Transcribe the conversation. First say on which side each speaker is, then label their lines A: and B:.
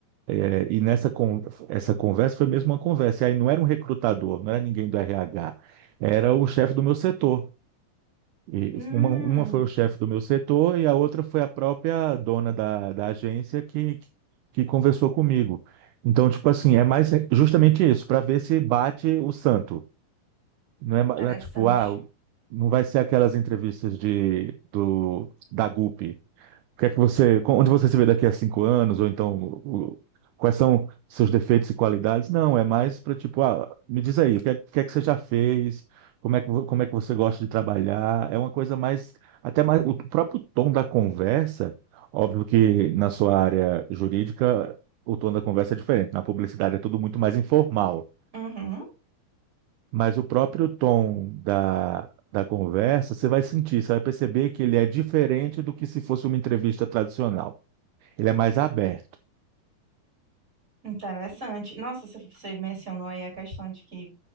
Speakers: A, on the right (about 75°); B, on the right (about 20°).
A: É, E nessa con- essa conversa foi mesmo uma conversa. E aí não era um recrutador, não era ninguém do RH, era o chefe do meu setor. E
B: Hum.
A: uma, uma foi o chefe do meu setor e a outra foi a própria dona da, da agência que, que, que conversou comigo. Então, tipo assim, é mais justamente isso, para ver se bate o santo. Não é, ma-
B: Interessante.
A: não é tipo, ah, não vai ser aquelas entrevistas de, do, da GUP, o que é que você, onde você se vê daqui a cinco anos, ou então o- o- quais são seus defeitos e qualidades? Não, é mais para tipo, ah, me diz aí, o que é, o que é que você já fez? Como é que, vo- como é que você gosta de trabalhar? É uma coisa mais, até mais, o próprio tom da conversa, óbvio que na sua área jurídica o tom da conversa é diferente, na publicidade é tudo muito mais informal,
B: Uhum.
A: mas o próprio tom da Da conversa, você vai sentir, você vai perceber que ele é diferente do que se fosse uma entrevista tradicional. Ele é mais aberto.
B: Interessante. Nossa, você você mencionou aí a questão de que